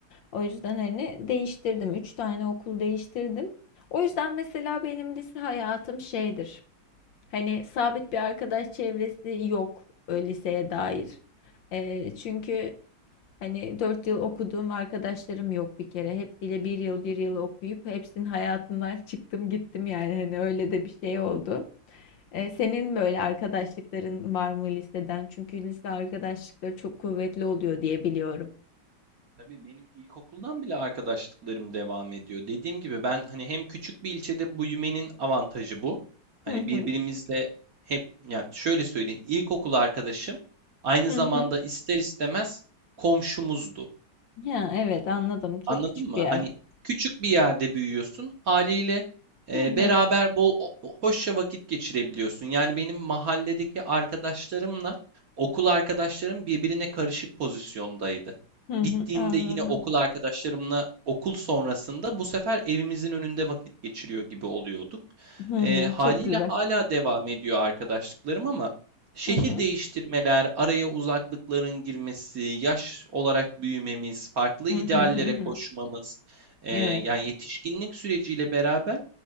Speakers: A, on the left; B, on the right.
A: O yüzden hani değiştirdim. Üç tane okul değiştirdim. O yüzden mesela benim lise hayatım şeydir. Hani sabit bir arkadaş çevresi yok e, liseye dair. E, çünkü Hani 4 yıl okuduğum arkadaşlarım yok bir kere. Hepsiyle bir yıl
B: hı
A: bir
B: hı.
A: yıl okuyup hepsinin hayatından <laughs> çıktım gittim yani hani öyle de bir şey oldu. Ee, senin böyle arkadaşlıkların var mı liseden? Çünkü lise arkadaşlıkları çok kuvvetli oluyor diye biliyorum.
B: Tabii benim ilkokuldan bile arkadaşlıklarım devam ediyor. Dediğim gibi ben hani hem küçük bir ilçede büyümenin avantajı bu. Hani
A: Hı hı.
B: birbirimizle hep yani şöyle söyleyeyim ilkokul arkadaşım aynı
A: Hı
B: zamanda
A: hı.
B: ister istemez komşumuzdu.
A: Ya evet anladım. Çok
B: Anladın
A: küçük
B: mı?
A: bir yer.
B: Hani küçük bir yerde büyüyorsun. Haliyle e,
A: Hı hı.
B: beraber bol o- o- hoşça vakit geçirebiliyorsun. Yani benim mahalledeki arkadaşlarımla okul arkadaşlarım birbirine karışık pozisyondaydı.
A: Hı
B: Gittiğimde
A: hı. Anladım.
B: yine okul arkadaşlarımla okul sonrasında bu sefer evimizin önünde vakit geçiriyor gibi oluyorduk.
A: Hı hı.
B: E, haliyle
A: Çok güzel.
B: hala devam ediyor arkadaşlıklarım ama Şehir
A: Hı hı.
B: değiştirmeler, araya uzaklıkların girmesi, yaş olarak büyümemiz, farklı
A: Hı
B: ideallere
A: hı hı hı.
B: koşmamız, e,
A: Evet.
B: yani yetişkinlik süreciyle beraber